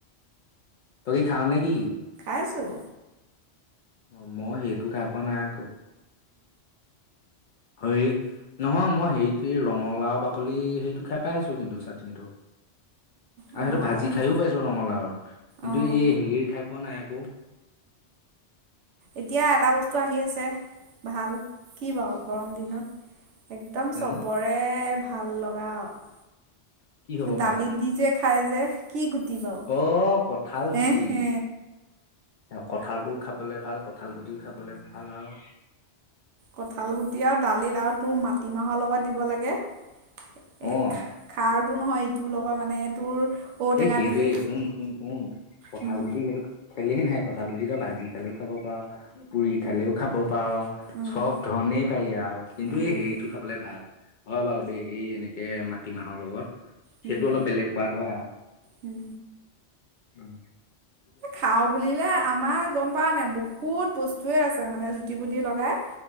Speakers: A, on the left; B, on the right.
A: ত কি খওঁ নেকি?
B: আছোঁ
A: অ মই সেইটো খাই পোৱা নাই আকৌ হ নহয় মই হেৰিটো ৰঙালাউ বাকলি হেইটো। খাই পাই আহিছো কিন্তু চাটনিটো আৰু
B: অঁ
A: সেইটো
B: ৰঙালাও
A: ভাজি খাইও পাইছো ৰঙালাউ কিন্তু
B: অঁ
A: এই হেৰিৰ খাই পোৱা নাই আক
B: এতিয়া এটা বস্তু আহি আছে ভাল কি বাৰ গৰম দিনত একদম
A: জানো
B: চবৰে ভাল লগা আৰু
A: কি হ'ব
B: দালিত
A: পাৰে বাৰু
B: দি যে খাই যে কি গুটি বাৰু
A: অ কঠাল
B: হে
A: গুটি
B: হে
A: কঠালটোও খাবলৈ ভাল কঠাল গুটিও খাব ক'লে ভাল আৰু
B: কঠাল গুটি আৰু দালিত আৰু তোৰ মাটিমাহৰ লগত দিব লাগে এ
A: অ
B: খাৰটো নহয় এইটো লগত মানে তোৰ ঔটেঙা
A: এই সেইটোৱে
B: দি যে
A: শুন শুন শুন কঁঠাল
B: উম
A: গুটি সেইটো খেলি নাই কঁঠাল গুট ত ভাজি খালেও খাব পা পুৰি খালেও খাব পাও
B: উম
A: চব ধৰণেই পাৰি আৰু কিন্তু
B: উম
A: এই হেৰিটো খাবলৈ ভাল হয় বাৰু দেই এই এনেকে মাটিমাহৰ লগত
B: উম
A: সেইটো অলপ বেলেগ হোৱাত হয় আৰু
B: উম
A: উম
B: খাও বুলিলে আমাৰ গম পোৱা নাই বহু বস্তুৱে আছে। মানে জুতি বুতি লগাই